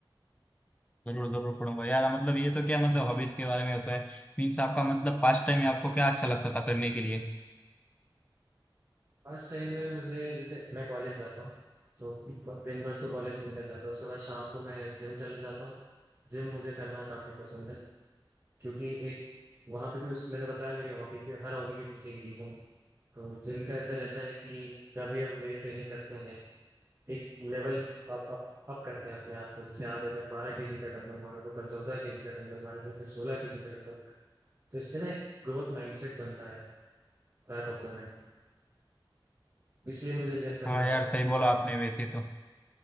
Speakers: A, on the left; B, on the right.
A: जरूर जरूर पढ़ूंगा यार मतलब ये तो क्या मतलब हॉबीज के बारे में होता है मीन्स आपका मतलब पास्ट टाइम में आपको क्या अच्छा लगता था करने के लिए
B: फर्स्ट टाइम में मुझे जैसे मैं कॉलेज जाता हूँ तो दिन भर तो कॉलेज में निकल जाता है उसके बाद शाम को मैं जिम चले जाता हूँ जिम मुझे करना काफी पसंद है क्योंकि एक वहां पे भी उस मैंने बताया मेरी हॉबी के हर हॉबी के पीछे एक रीजन तो जिम का ऐसा रहता है कि जब भी हम वेट ट्रेनिंग करते हैं एक लेवल अप अप अप करते हैं अपने आप को जैसे आज अगर बारह केजी का डंबल मारा तो कल चौदह केजी का डंबल मारेंगे फिर सोलह केजी का डंबल मारेंगे तो इससे ना एक ग्रोथ माइंडसेट बनता है बैक ऑफ द माइंड इसलिए मुझे जिम करना
A: हाँ
B: बहुत
A: यार सही
B: पसंद
A: बोला आपने वैसे तो